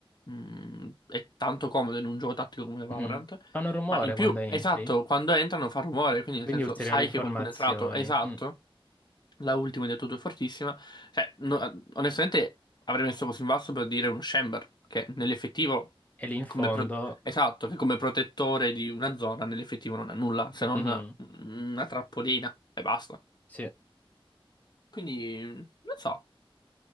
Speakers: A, on the left; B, on the left.
A: mm, è tanto comodo in un gioco tattico come Valorant,
B: Mhm. Fanno rumore
A: ma in
B: quando
A: più,
B: entri,
A: esatto, quando entrano fa rumore, quindi nel
B: quindi
A: senso
B: ulteriori
A: sai
B: informazioni.
A: che qualcuno è entrato, esatto,
B: Mm.
A: la ultima hai detto tu è fortissima, cioè no- onestamente avrei messo così in basso per dire uno Chamber, che nell'effettivo,
B: E lì in fondo...
A: come pro- esatto, che come protettore di una zona nell'effettivo non è nulla, se non
B: mhm,
A: una trappolina e basta.
B: Sì.
A: Quindi, non so.